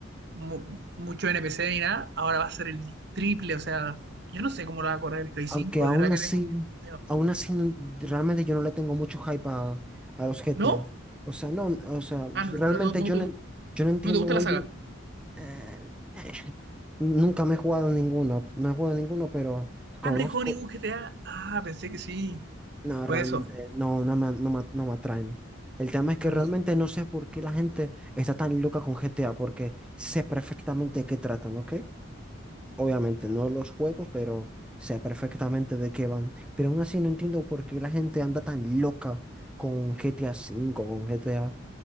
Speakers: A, on the right; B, in the centre.
A: mu- mucho NPC ni nada, ahora va a ser el triple, o sea, yo no sé cómo lo va a correr el Play
B: Aunque
A: 5.
B: aún
A: de verdad que
B: así,
A: tengo miedo. miedo.
B: aún así, no- realmente yo no le tengo mucho hype a, a los GTA.
A: ¿No?
B: O sea, no, o sea,
A: Ah, no,
B: realmente
A: no, no
B: yo
A: te,
B: no,
A: gu-
B: yo no entiendo
A: no te gusta
B: muy
A: la saga.
B: bien. eh, nunca me he jugado ninguno, no he jugado ninguno, pero conozco,
A: Ah, no hay juego ningún GTA. Ah, pensé que sí,
B: No,
A: por
B: realmente
A: eso.
B: no, no me, no me- no me atraen. El tema es que
A: Ah,
B: realmente no sé por qué la gente está tan loca con GTA, porque sé perfectamente de qué tratan, ¿ok? Obviamente no los juegos, pero sé perfectamente de qué van. Pero aún así no entiendo por qué la gente anda tan loca con GTA cinco con GTA.